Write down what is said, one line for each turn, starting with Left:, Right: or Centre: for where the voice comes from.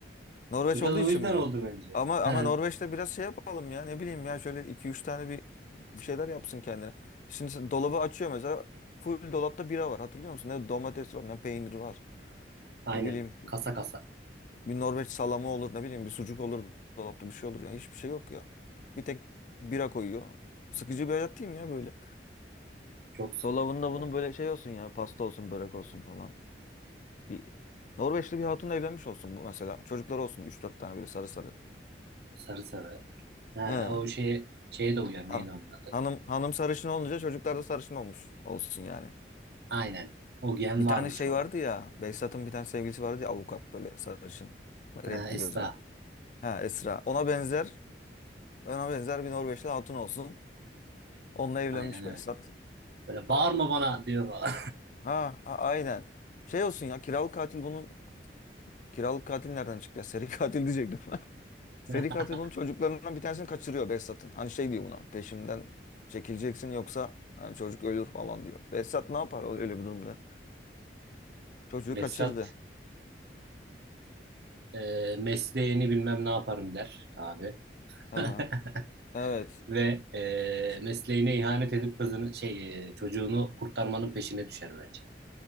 Left: Norveç
Right: Biraz
Left: olduğu
Right: o
Left: için
Right: yüzden
Left: mi?
Right: oldu bence.
Left: Ama ama
Right: He.
Left: Norveç'te biraz şey yapalım ya ne bileyim ya şöyle iki üç tane bir bir şeyler yapsın kendine. Şimdi sen dolabı açıyor mesela full dolapta bira var hatırlıyor musun? Ne domates var ne peynir var.
Right: Aynen.
Left: Ne bileyim
Right: Kasa kasa.
Left: Bir Norveç salamı olur ne bileyim bir sucuk olur dolapta bir şey olur. Yani hiçbir şey yok ya. Bir tek bira koyuyor. Sıkıcı bir hayat değil mi ya böyle?
Right: Çok sıkıcı.
Left: Dolabında
Right: Çok.
Left: bunun böyle şey olsun ya pasta olsun börek olsun falan. Bir Norveçli bir hatunla evlenmiş olsun bu mesela. Çocuklar olsun üç dört tane böyle sarı sarı.
Right: Sarı sarı. Ha,
Left: He.
Right: o şeye, şeye de uyar.
Left: Ha.
Right: Neydi onun adı?
Left: Hanım hanım sarışın olunca çocuklar da sarışın olmuş olsun yani.
Right: Aynen. O gen
Left: Bir
Right: varmış
Left: tane şey
Right: onun.
Left: vardı ya. Behzat'ın bir tane sevgilisi vardı ya avukat böyle sarışın. Renkli
Right: Ha, Esra.
Left: gözlü. Ha Esra. Ona benzer ona benzer bir Norveçli hatun olsun. Onunla evlenmiş
Right: Aynen öyle.
Left: Behzat.
Right: Böyle bağırma
Left: Aa,
Right: bana diyor falan.
Left: Ha, a- aynen. Şey olsun ya kiralık katil bunun kiralık katil nereden çıktı ya? Seri katil diyecektim. <laughs> Seri
Right: <laughs>
Left: katil bunun çocuklarından bir tanesini kaçırıyor Behzat'ın. Hani şey diyor buna peşimden çekileceksin yoksa hani çocuk ölür falan diyor. Behzat ne yapar öyle bir durumda? Çocuğu
Right: Behzat
Left: kaçırdı.
Right: e, mesleğini bilmem ne yaparım der abi. <laughs>
Left: Aha, evet.
Right: Ve e,
Left: Ç-
Right: mesleğine ihanet edip kızını şey e, çocuğunu kurtarmanın peşine düşer bence.